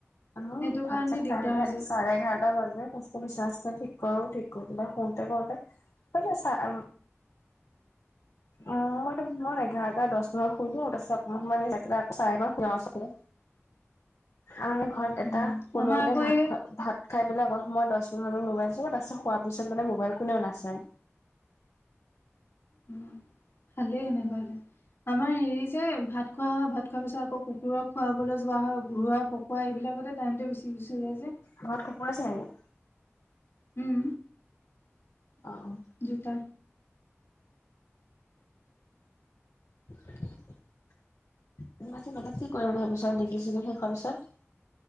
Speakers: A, on the left; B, on the left.
A: আমাৰো
B: সেইটো
A: ভাত
B: কাৰণে
A: চাত
B: দিগদাৰ
A: খাই আহোতে
B: হৈ যায়,
A: চাৰে এঘাৰটা বাজে পিছে বিচনা চিচনা ঠিক কৰো ঠিক কৰি পিনে শুওতে কৰোতে বাজে চাৰে অ মইতো মানে মই এঘাৰটা দহ মানত শুই দিয়ো তাৰপিছত আকৌ অকমান ৰেষ্ট লৈ চাৰে বাৰত শুও
B: <inaudible>
A: আৰু মানে ঘৰত
B: উম
A: এটা কোনেও
B: আমাৰ আকৌ
A: মানে ভাত
B: এই
A: খোৱা ভাত খাই পেলাই অকমান সময় দহ পোন্ধৰ মিনিট মোবাইল চাব তাৰপাছত হোৱাৰ পিছত মানে মোবাইল কোনেও নাচায়।
B: উম ভালে সেনেকোৱা হলে। আমাৰ হেৰি যে ভাত খোৱা হয় ভাত খোৱা পিছত আকৌ কুকুৰক খুৱাবলৈ যোৱা হয় ঘৰুৱা খোৱাই এইবিলাকতে টাইমটো বেছি গুচি যায় যে
A: ঘৰত কুকুৰ আছে নি?
B: উম
A: অ অ
B: দুটা
A: <unintelligible> তুমি পাছত মতলব কি কৰিম বুলি ভাবিছা ডিগ্ৰী চিগ্ৰী শেষ হোৱাৰ পিছত?